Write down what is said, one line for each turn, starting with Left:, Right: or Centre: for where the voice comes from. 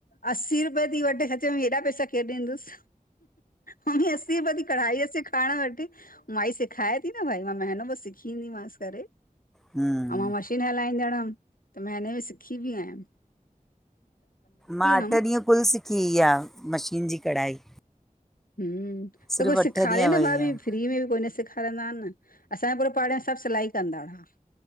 Left: अस्सी रुपया ती वठे, सच में हेॾा पैसा केरु ॾींदुस मम्मी अस्सी रुप कढ़ाई सिखारण वेठी, माई सिखाए ती न भाई, मां महीनो ॿ सिखी ईंदीमस करे।
Centre: हूं
Left: ऐं मां मशीन हलाईंदड़ हम, त महिने में सिखी बि आयम।
Centre: मां, अठ
Left: हुअमि।
Centre: ॾींहं कुल सिखी इहा, मशीन जी कढ़ाई।
Left: हूं,
Centre: सिर्फ़ु
Left: त कोई सिखारे
Centre: अठ ॾींहं
Left: न
Centre: वई
Left: भाभी,
Centre: हुअमि
Left: फ्री में बि कोई न सिखारे रंदा, अन न, असांजे पूरे पाढ़े में सभ सिलाई कंदा हा,